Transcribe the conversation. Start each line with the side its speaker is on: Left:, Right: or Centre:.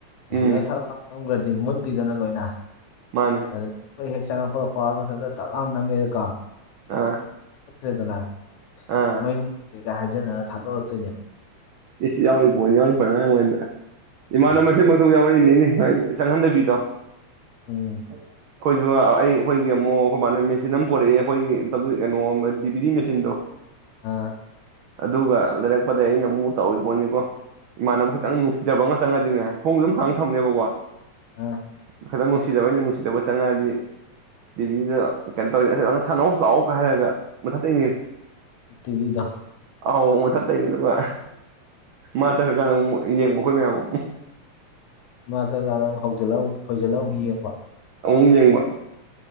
Left: ꯑꯗꯨꯗ
Right: ꯎꯝ
Left: ꯊꯛ ꯂꯂꯝꯝꯈ꯭ꯔꯗꯤ ꯃꯨꯠ ꯤꯗꯅ ꯂꯣꯏꯅ
Right: ꯃꯥꯅꯦ
Left: ꯑꯗꯨ ꯑꯩꯈꯣꯏ ꯍꯦꯛ ꯆꯪꯉꯛꯄ ꯐꯥꯎ ꯃꯊꯗ ꯇꯥꯛ ꯂꯥꯎꯅ ꯅꯝꯃꯦꯔꯀꯣ
Right: ꯑꯥ
Left: ꯈ꯭ꯔꯦꯗꯅ
Right: ꯑꯥ
Left: ꯃꯩ ꯃꯨꯦꯒ ꯍꯥꯏꯖꯅꯔ ꯊꯥꯗꯣꯔꯛꯇꯣꯏꯅꯦꯕ
Right: ꯏꯁ ꯌꯥꯎꯔꯤ ꯄꯣꯅꯤ ꯌꯥꯎ ꯐ꯭ꯔ ꯅꯪ ꯏꯃꯥꯟꯅꯕ
Left: ꯎꯝ
Right: ꯃꯛꯇ ꯌꯥꯎꯔꯛꯏꯅꯤꯅꯦ ꯆꯪꯉꯟꯗꯕꯤ ꯇ
Left: ꯎꯝ
Right: ꯑꯩꯈꯣꯏꯁꯨ ꯑꯩꯈꯣꯏꯒꯤ ꯑꯃꯨꯛ ꯀꯕꯥꯥꯏꯅ ꯃꯦꯆꯤꯟ ꯑꯃ ꯄꯣꯔꯛꯑꯦ ꯑꯩꯈꯣꯏꯒꯤ ꯀꯩꯅꯣ ꯑꯃ ꯗꯤ ꯄꯤ ꯗꯤ ꯃꯦꯆꯤꯟꯗꯣ
Left: ꯑꯥ
Right: ꯑꯗꯨꯒ ꯂꯩꯔꯛꯄꯗ ꯑꯩꯅ ꯃꯨꯠ ꯇꯧꯔꯤ ꯄꯣꯠꯅꯤꯀꯣ ꯏꯃꯥꯟꯅꯕ ꯈꯤꯇꯪ ꯅꯨꯡꯁꯤꯗꯕ ꯑꯃ ꯆꯪꯉꯗꯤꯅꯦ ꯊꯣꯡꯁꯨ ꯑꯗꯨꯝ ꯍꯥꯡꯅ ꯊꯝꯅꯦꯕꯀꯣ
Left: ꯑꯥ
Right: ꯈꯤꯇꯪ ꯅꯨꯡꯁꯤꯗꯕ ꯑꯩꯅ ꯅꯨꯡꯁꯤꯗꯕ ꯆꯪꯉꯛꯑꯗꯤ ꯇꯤꯚꯤꯗ ꯀꯩꯅꯣ ꯇꯧꯔꯁ ꯅꯪ ꯁꯥꯟꯅꯧ ꯂꯥꯛꯑꯣꯒ ꯍꯥꯏꯔꯒ ꯃꯊꯛꯇꯒꯤꯅꯦ
Left: ꯇꯤꯚꯤꯗꯣ
Right: ꯑꯥꯎ ꯃꯊꯠ ꯇꯔꯤꯅꯀ ꯃꯥ ꯆꯠꯈ꯭ꯔꯀꯥꯟꯗ ꯑꯃꯨꯛ ꯌꯦꯡꯕ ꯑꯩꯈꯣꯏ ꯃꯌꯥꯝ ꯑꯃꯨꯛ
Left: ꯃꯥ ꯆꯠꯈꯥꯀꯥꯟꯅ ꯑꯃꯨꯛ ꯍꯧꯖꯤꯜꯂꯛ ꯈꯣꯏꯁꯤꯜꯂ ꯑꯃꯨꯛ ꯌꯦꯡꯕ
Right: ꯑꯃꯨꯛ ꯌꯦꯡꯕ